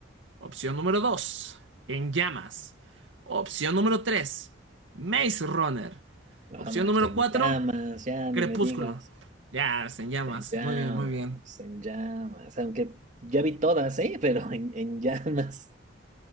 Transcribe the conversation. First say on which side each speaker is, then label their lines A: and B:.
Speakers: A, on the right; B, on the right.
A: Opción número 2, En llamas. Opción número 3, Maze Runner.
B: No,
A: Opción número
B: pues, en
A: 4,
B: llamas, ya
A: Crepúsculo.
B: ni me digas.
A: Ya, es En llamas.
B: En llamas,
A: Muy bien, muy bien.
B: en llamas. Aunque ya vi todas, ¿eh? <laughs> Pero en, en llamas.